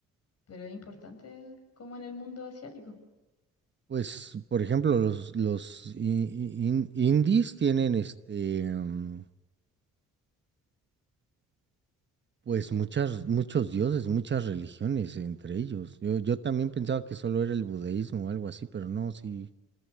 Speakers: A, on the left; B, on the right.
A: pero es importante como en el mundo asiático.
B: Pues, por ejemplo, los, los i- i- in- indies tienen este, mm, pues muchas, muchos dioses, muchas religiones entre ellos. Yo, yo también pensaba que solo era el budeísmo o algo así, pero no, sí,